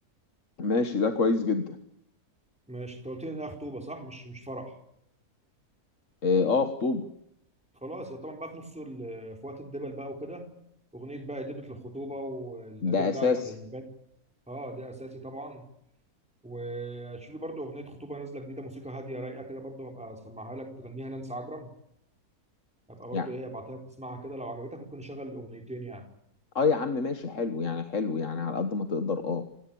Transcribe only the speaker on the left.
ماشي ده كويس جدا
اه آه، خطوبه
ده
اساسي
يعني
اه يا عم ماشي حلو يعني حلو يعني على قد ما تقدر اه